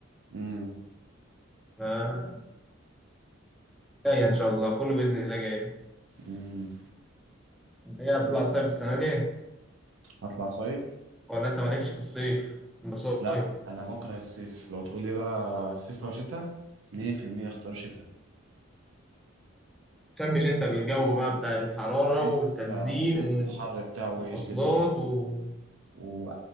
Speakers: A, on the right; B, in the centre.
A: امم
B: ف- جاية إن شاء الله كله بإذن الله جاي
A: امم
B: أنت إيه هتطلع تصيف السنة دي
A: هطلع صيف
B: ولا أنت مالكش في الصيف مصايف
A: لا انا بكره الصيف لو تقول لي بقى صيف او شتاء 100% اختار شتاء
B: شبش انت الجو بقى بتاع الحرارة
A: الصيف
B: والتلزيق
A: آه، الصيف الحر بتاعه وحش
B: والمواصلات
A: جدا
B: و...
A: و...